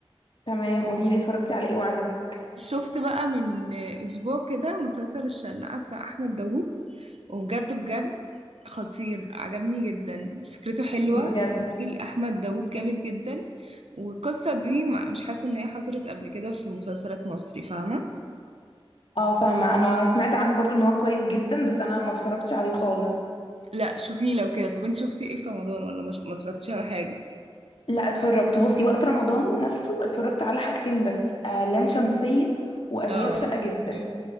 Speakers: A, on the left; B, on the right.
A: تمام قوليلي اتفرجتي على ايه وعجبك
B: شفت بقى من اسبوع كده مسلسل الشرنقة بتاع احمد داوود وبجد بجد خطير عجبني جدا فكرته حلوة
A: بجد
B: وتمثيل احمد داوود جامد جدا والقصة دي ما- مش حاسة ان هي حصلت قبل كده في مسلسلات مصري فاهمة
A: اه فاهمة انا سمعت عنه برضو ان هو كويس جدا بس انا ما اتفرجتش عليه خالص
B: لا شوفيه لو كده طب انت شفتي ايه في رمضان ولا مش... ما اتفرجتيش على حاجة
A: لا اتفرجت بصي وقت رمضان نفسه اتفرجت على حاجتين بس آه لام شمسية واشغال
B: اه
A: شقة جدا